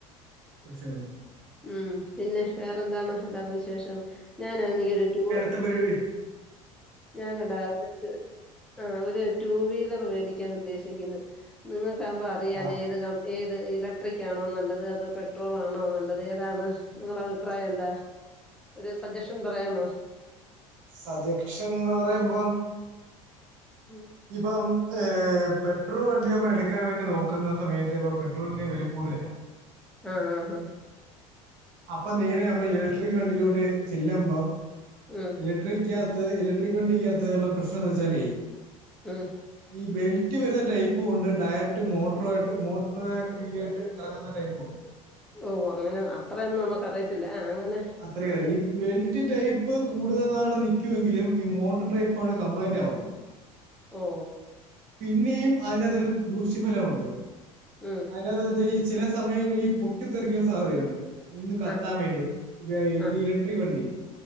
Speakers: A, on the right (about 55°); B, in the centre.
A: പ്രശ്നാണ്
B: ഉം പിന്നെ വേറെന്താണ് എന്താണ് വിശേഷം ഞാനാനെങ്കി ഒര് ടൂ
A: ത്തം പരേ
B: ഞാനെടാ ഒരു ആ ഒരു ടു വീലർ വേടിക്കാനുദ്ദേശിക്കുന്നു നിങ്ങക്കാവുമ്പോ അറിയാലേത്
A: ആ
B: ക ഏത് ഇലക്ട്രിക്കാണോ നല്ലത് അതോ പെട്രോളാണോ നല്ലത് ഏതാണ്? നിങ്ങടഭിപ്രായെന്താ ഒരു സജഷൻ പറയാമോ?
A: സജക്ഷൻന്ന് പറയുമ്പം
B: <inaudible>
A: ഇപ്പം ഏഹ് പെട്രോൾ വണ്ടി നമ്മൾ എടുക്കാൻ വേണ്ടി നോക്കുന്ന സമയത്ത് ഇപ്പൊ പെട്രോളിന്റെ വില കൂടുതലാ
B: ആഹ് ഹ
A: അപ്പൊ നേരെ നമ്മൾ ഇലക്ട്രിക് വണ്ടിയിലോട്ട് ചെല്ലുമ്പം
B: ഉം
A: ഇലക്ട്രിക്കകത്ത് ഇലക്ട്രിക് വണ്ടിക്കകത്ത ഉള്ള പ്രശ്നം എന്ന് വെച്ചാലേ
B: ഉം
A: ഈ ബെൽറ്റ് വരുന്ന ടൈപ്പും ഒണ്ട് ഡയറക്റ്റ് മോട്ടറു ആയിട്ട് മോട്ടറും ആയിട്ട് വീലായിട്ട് കറങ്ങുന്ന ടൈപ്പും ഉണ്ട്
B: ഓ ഓ അങ്ങനെ അത്രയൊന്നും നമുക്കറിയത്തില്ല ആഹ് അങ്ങനെ
A: അത്രയ
B: അത്
A: ഇ.. വെൽറ്റ് ടൈപ്പ് കൂടുതൽ നാള് നൽക്കുമെങ്കിലും ഈ മോട്ടർ ടൈപ്പാണ് കംപ്ലൈൻറ് ആവുന്നത്
B: ഓ ഓ
A: പിന്നെയും അതിനത്തൊരു ദൂഷ്യഫലമുണ്ട്
B: ഉം
A: അതിനതെന്നു വെച്ചാൽ ഈ ചില സമയങ്ങളിൽ ഈ പൊട്ടിത്തെറിക്കാൻ സാധ്യതയുണ്ട് നിന്ന് കത്താൻ
B: ആഹ്
A: വേണ്ടി ഇപ്പ ഈ
B: ആഹ്
A: ഇലട്രി വണ്ടി